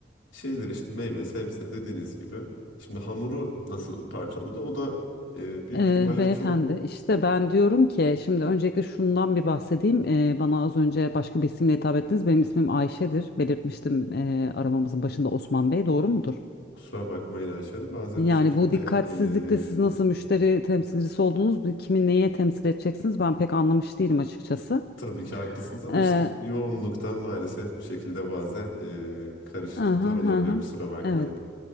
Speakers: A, on the left; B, on the left.
A: şeyler işte meyve, sebze dediğiniz gibi. Şimdi hamuru nasıl parçaladı? O da e, büyük
B: Ee,
A: ihtimalle
B: beyefendi
A: çok
B: işte ben diyorum ki şimdi öncelikle şundan bir bahsedeyim. Ee, bana az önce başka bir isimle hitap ettiniz. Benim ismim Ayşe'dir. Belirtmiştim ee, aramamızın başında Osman Bey. Doğru mudur?
A: kusura bakmayın Ayşe Hanım. Bazen
B: Yani
A: bu şekilde
B: bu dikkatsizlikte siz
A: e,
B: nasıl müşteri temsilcisi oldunuz, bu kimi neye temsil edeceksiniz ben pek anlamış değilim açıkçası.
A: tabii ki haklısınız ama
B: Ee,
A: işte yoğunluktan maalesef bu şekilde bazen e, karışıklıklar
B: aha, aha,
A: olabiliyor kusura bakmayın.
B: evet.